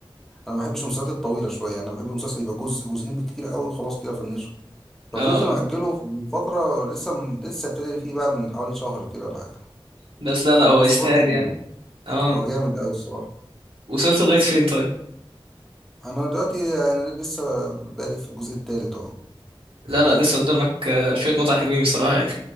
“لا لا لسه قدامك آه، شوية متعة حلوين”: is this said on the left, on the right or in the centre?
Right